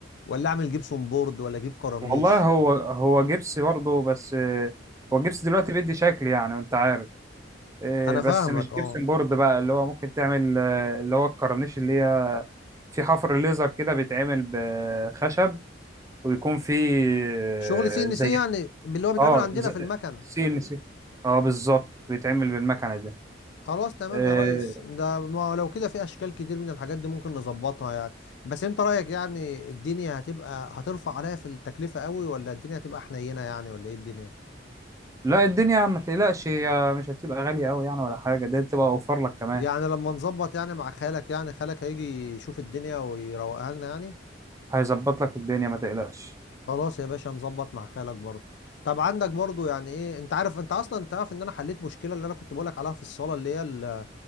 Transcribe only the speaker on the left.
ولا اعمل جبسون بورد ولا اجيب كرانيش
انا
فاهمك
اه
شغل سي ان
سي يعني اللي هو بيتعمل
عندنا في المكنه
خلاص تمام
يا ريس ده ما لو كده في اشكال كتير من الحاجات دي ممكن نظبطها يعني بس انت رايك يعني الدنيا هتبقى هترفع عليا في التكلفه قوي ولا الدنيا هتبقى حنينه يعني ولا ايه الدنيا
يعني لما نظبط يعني مع خالك يعني خالك هيجي يشوف الدنيا ويروقها لنا يعني
خلاص يا باشا نظبط مع خالك برضه طب عندك برضه يعني ايه انت عارف انت اصلا تعرف ان انا حليت مشكله اللي انا كنت بقولك عليها في الصاله اللي هي ال-